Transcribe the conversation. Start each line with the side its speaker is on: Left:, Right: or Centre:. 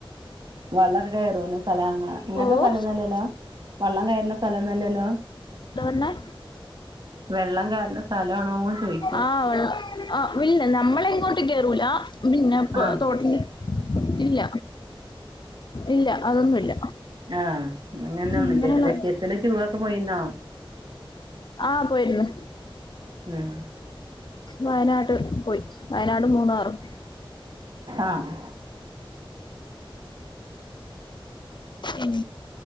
Right: വെള്ളമക്ക കയറും സ്ഥല അങ്ങനത്തെ
Left: ഓ
Right: സ്ഥലംന്നല്ലല്ലോ
Left: എന്താ
Right: വള്ളം കയറുന്ന സ്ഥല- നല്ലല്ലോ <unintelligible>
Left: പറഞ്ഞേ
Right: വെള്ളം കയറണ- സ്ഥലമാണോന്ന് ചോയിക്ക
Left: ആ വെള്ള ആ വിൽ നമ്മളെ ങ്ങോട്ട് കേറൂല പിന്നെപ്പ
Right: ആഹ്
Left: തോട്ങ്ങി ഇല്ല ഇല്ല അതൊന്നുല്ല
Right: ആഹ് അങ്ങനെ ഒന്നും
Left: അങ്ങനെയുള്ള
Right: ഇല്ലല്ലോ വെക്കേഷല് ടൂർറൊക്കെ പോയിന്നൊ
Left: ആഹ് പോയിര്ന്നു
Right: ഉം
Left: വയനാട് പോയി വയനാടും മൂന്നാറും
Right: ആഹ്
Left: ഉം